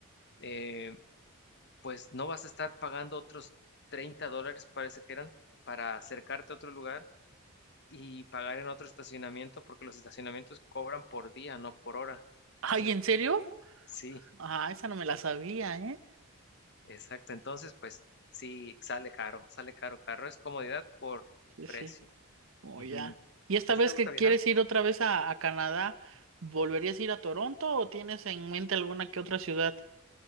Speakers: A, on the left; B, on the right.
A: eh, pues no vas a estar pagando otros 30 dólares, parece que eran, para acercarte a otro lugar y pagar en otro estacionamiento, porque los estacionamientos cobran por día, no por hora.
B: Ay,
A: Entonces,
B: ¿en serio?
A: sí,
B: Ah, esa no me la sabía, ¿eh?
A: exacto. Entonces, pues sí, sale caro, sale caro, caro. Es comodidad por
B: Sí,
A: precio.
B: sí. Oh,
A: Ujú.
B: ya. ¿Y esta
A: ¿A ti
B: vez
A: te gusta
B: que
A: viajar?
B: quieres ir otra vez a, a Canadá, volverías a ir a Toronto o tienes en mente alguna que otra ciudad?